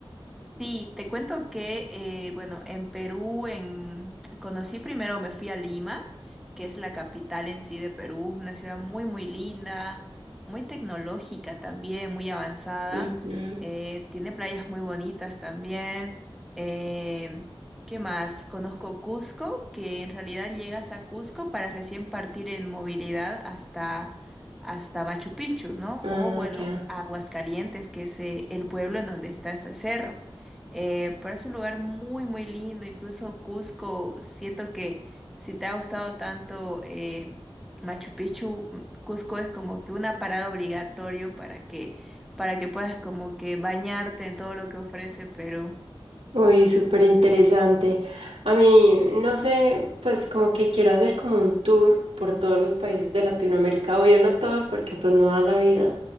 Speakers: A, in the centre; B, on the right.
A: Sí, te cuento que, eh, bueno, en Perú en... conocí primero, me fui a Lima, que es la capital en sí de Perú, una ciudad muy, muy linda, muy tecnológica también, muy avanzada,
B: Ujú.
A: eh, tiene playas muy bonitas también. eh, ¿qué más? Conozco Cusco, que en realidad llegas a Cusco para recién partir en movilidad hasta... hasta Machu Picchu, ¿no?
B: Ah,
A: O bueno,
B: ya.
A: Aguascalientes, que es eh, el pueblo en donde está este cerro. Eh, pero es un lugar muy, muy lindo. Incluso Cusco, siento que si te ha gustado tanto eh, Machu Picchu, m- Cusco es como que una parada obligatorio para que, para que puedas como que bañarte en todo lo que ofrece Perú.
B: Uy, súper interesante. A mí, no sé, pues como que quiero hacer como un tour por todos los países de Latinoamérica. Obvio, no todos porque pues no da la vida,